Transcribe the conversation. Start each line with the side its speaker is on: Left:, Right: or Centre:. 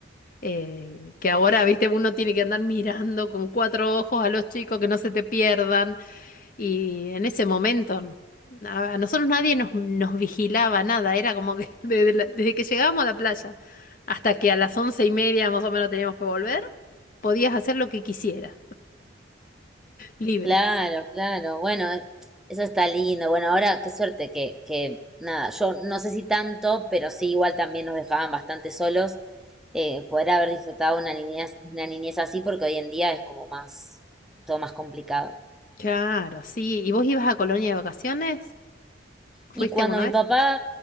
Left: Eh, que ahora, viste, uno tiene que andar mirando con cuatro ojos a los chicos que no se te pierdan. Y en ese momento a, a nosotros nadie nos, nos vigilaba nada, era como que <laughs> desde, la- desde que llegábamos a la playa hasta que a las once y media más o menos teníamos que volver, podías hacer lo que quisieras, libres.
Centre: Claro, claro. Bueno, eh, eso está lindo. Bueno, ahora qué suerte que, que nada, yo no sé si tanto, pero sí igual también nos dejaban bastante solos eh, poder haber disfrutado una niñez, una niñez así, porque hoy en día es como más, todo más complicado.
Left: Claro, sí. ¿Y vos ibas a Colonia de vacaciones? ¿Fuiste
Centre: Y cuando
Left: alguna
Centre: mi
Left: vez?
Centre: papá,